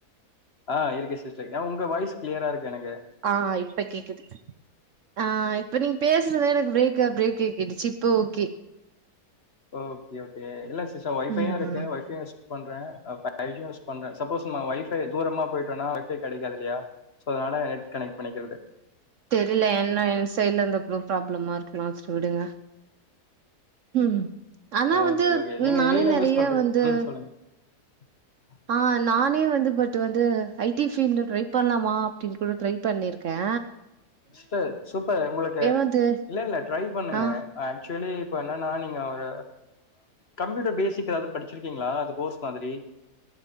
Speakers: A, on the left; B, on the right.
A: ஆ இருக்கு சிஸ்டர் ஏ உங்க வாயஸ் கிளியரா இருக்கு எனக்கு
B: ஆ இப்ப கேக்குது ஆ இப்ப நீங்க பேசுறத எனக்கு பிரேக்கா பிரேக் கேட்டுச்சு இப்போ ஓகே
A: ஓகே ஓகே இல்ல சிஸ்ஷா ஒய்ஃபையு
B: ம்
A: இருக்கு ஒய்ஃபை பண்றே நெட்டு யூஸ் பண்றே சப்போஸ் நம்ம ஒய்ஃபை துரமா போயிட்டோனா ஓய்ஃபை கெடைக்காதுல்லியா சோ அதனால நெட் கனைட் பண்ணிக்கிறது
B: தெரியில என்ன என் சைட்ல இருந்த போ ப்ராப்ளமா இருக்கலா சேரி விடுங்க ம் ஆனா
A: ஓகே,
B: வந்து
A: ஓகே. நீங்க
B: நானே
A: ஏஐலாம்
B: நெறைய
A: யூஸ் பண்றது
B: வந்து
A: ம் சொல்லுங்க. <inaudible>
B: ஆ நானே வந்து பட் வந்து ஐ டி ஃபீல்டு ட்ரை பண்ணலாமா அப்டின்னு கூட ட்ரை பண்ணிருக்கே
A: சிஸ்டர் சூப்பர் உங்களுக்கு
B: வந்து
A: இல்ல இல்ல ட்ரை பண்ணுங்க
B: ஆ
A: ஆக்சுவலி இப்ப என்னன்னா நீங்க ஒரு கம்ப்யூட்டர் பேசிக் எதாவுது படிச்சிருக்கீங்ளா அது கோர்ஸ் மாதிரி